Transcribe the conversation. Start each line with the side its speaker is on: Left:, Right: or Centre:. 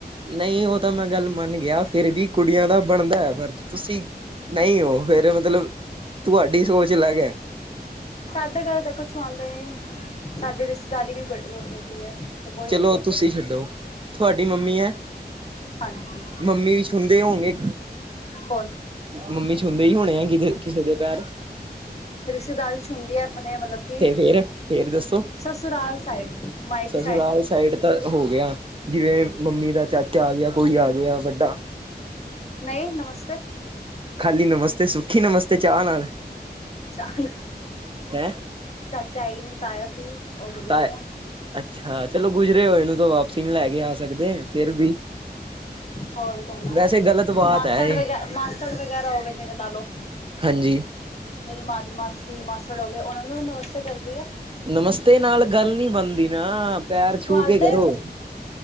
Right: ਨਹੀਂ ਉਹ ਤਾਂ ਮੈਂ ਗੱਲ ਮੰਨ ਗਿਆ ਫਿਰ ਵੀ ਕੁੜੀਆਂ ਦਾ ਬਣਦਾ ਹੈ ਫਰਜ਼ ਤੁਸੀਂ ਨਹੀਂ ਹੋ ਫਿਰ ਮਤਲਬ ਤੁਹਾਡੀ ਸੋਚ ਅਲਗ ਹੈ
Left: ਸਾਡੇ ਘਰ ਤਾਂ ਕੁਛ ਆਉਂਦੇ ਨ ਨ ਸਾਡੀ ਰਿਸ਼ਤੇਦਾਰੀ ਵੀ ਬਹੁਤ ਵੱਡੀ ਹੈ ਤਾਂ ਕੋਈ
Right: ਚਲੋ
Left: ਏਦਾਂ ਹੈ
Right: ਤੁਸੀਂ
Left: ਹੀ ਨਹੀਂ
Right: ਛੱਡੋ ਤੁਹਾਡੀ ਮੰਮੀ ਹੈ
Left: ਹਾਂਜੀ
Right: ਮੰਮੀ ਵੀ ਛੁੰਦੇ ਹੋਣਗੇ
Left: ਕੌਣ
Right: ਮੰਮੀ ਛੁੰਦੇ ਹੀ ਹੋਣੇ ਆ ਕਿ ਕਿਸੇ ਦੇ ਪੈਰ
Left: ਰਿਸ਼ਤੇਦਾਰੀ ਚ ਹੁੰਦੀ ਹੈ ਆਪਣੇ ਮਤਲਬ ਕਿ
Right: ਤੇ ਫਿਰ ਫਿਰ ਦੱਸੋ
Left: ਸਸੁਰਾਲ ਸਾਈਡ ਮਾਇਕੇ
Right: ਸਸੁਰਾਲ ਸਾਈਡ ਤਾਂ ਹੋ ਗਿਆ ਜਿਵੇਂ
Left: ਹਮ
Right: ਮੰਮੀ ਦਾ ਚਾਚਾ ਆ ਗਿਆ ਕੋਈ ਆ ਗਿਆ ਵੱਡਾ
Left: ਨਹੀਂ ਨਮਸਤੇ
Right: ਖਾਲੀ ਨਮਸਤੇ ਸੁਖੀ ਨਮਸਤੇ ਚਾਹ ਨਾਲ
Left: ਚਾਹ
Right: ਹੈ
Left: ਚਾਈ ਨ ਤਾਇਆ ਸੀ ਉਹ ਬੁਰਜਗ
Right: ਤਾਂ ਅੱਛਾ ਚਲੋ ਗੁਜਰੇ ਹੋਏ ਇਹਨੂੰ ਤਾਂ ਵਾਪਸੀ ਨਹੀਂ ਲੈ ਕੇ ਆ ਸਕਦੇ ਫਿਰ ਵੀ
Left: ਹੋਰ ਕੌਣਾ
Right: ਵੈਸੇ ਗ਼ਲਤ ਬਾਤ
Left: ਮਾਸੜ
Right: ਹੈ ਇਹ
Left: ਵ ਮਾਸੜ ਵਗੈਰਾ ਹੋ ਗ ਜਿਵੇਂ ਲਾ ਲੋ
Right: ਹਾਂਜੀ
Left: ਮੇਰੀ ਮਾਂ ਦੀ ਮਾਸੀ ਮਾਸੜ ਹੋ ਗਏ ਉਹਨਾ ਨੂੰ ਵੀ ਨਮਸਤੇ ਕਰਦੀ ਆ
Right: ਨਮਸਤੇ ਨਾਲ ਗੱਲ ਨੀ ਬਣਦੀ ਨਾ ਪੈਰ ਛੂਹ
Left: ਤੁਹਾਡੇ
Right: ਕੇ ਕਰੋ